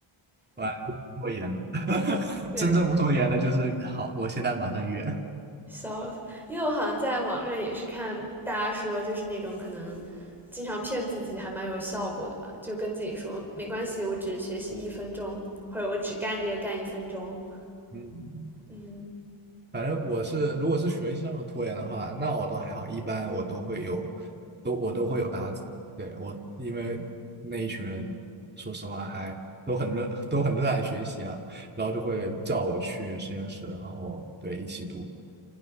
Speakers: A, on the right (about 20°); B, in the centre.
A: 完了，拖延了。<laughs>
B: 对，
A: 真正不拖延的就是好，我现在马上约。
B: 笑死！因为我好像在网上也是看大家说，就是那种可能经常骗自己还蛮有效果的吧，就跟自己说没关系，我只学习一分钟，或者我只干这个干一分钟。
A: 嗯，
B: 嗯，
A: 反正我是，如果是学习上的拖延的话，那我倒还好，一般我都会有，都我都会有搭子。对，我，因为那一群人，说实话还都很热，都很热爱学习啊，然后就会叫我去实验室，然后对一起读